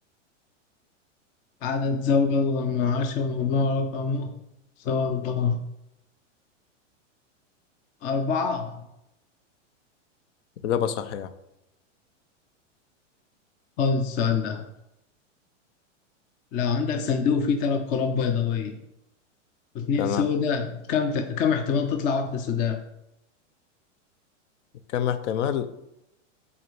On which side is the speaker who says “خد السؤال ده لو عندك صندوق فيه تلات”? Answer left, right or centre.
Left